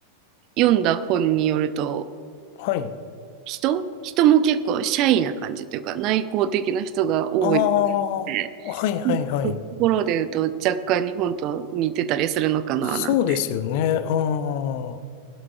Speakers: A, on the right; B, on the left.
A: 読んだ本によると
B: はい。
A: 人人も結構シャイな感じというか内向的な人が多いっ
B: ああ、
A: て
B: はいはいはい。
A: うんそういうところで言うと若干日本と似てたりするのかななんて、
B: そうですよね。ああ、